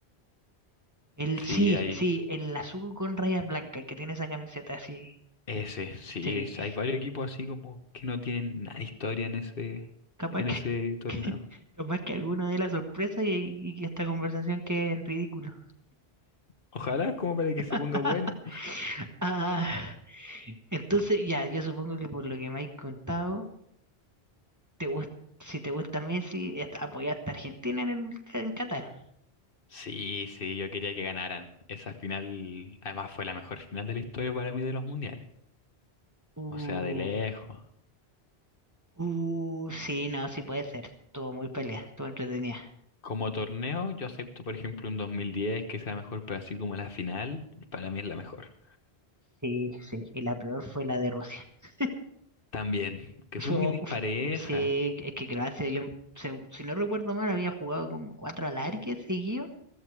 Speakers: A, on the right; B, on the left.
A: El
B: Sí,
A: sí,
B: hay
A: sí, el azul con rayas blancas el que tiene esa camiseta así.
B: ese. Sí,
A: Sí.
B: es- hay varios equipos así como que no tienen nada de historia en ese,
A: Capaz
B: en
A: que,
B: ese torneo.
A: <laughs> capaz que alguno dé la sorpresa y, y esta conversación quede en ridículo.
B: Ojalá como para que se
A: <laughs>
B: ponga bueno.
A: Ah, entonces, ya, yo supongo que por lo que me habéis contado, te gust- si te gusta Messi, est- apoyaste a Argentina en, el, en Qatar.
B: Sí, sí, yo quería que ganaran. Esa final, además fue la mejor final de la historia para mí de los mundiales.
A: Uh,
B: O sea, de lejos.
A: Uh, sí, no, sí puede ser. Estuvo muy pelea, estuvo entretenida.
B: Como torneo, yo acepto, por ejemplo, un 2010 que sea mejor, pero así como la final, para mí es la mejor.
A: Sí, sí. Y la peor fue la de Rusia. <laughs>
B: También, que
A: Fue
B: fue muy dispareja.
A: fu- sí, es que Croacia, yo, se- si no recuerdo mal, había jugado como cuatro alargues seguidos.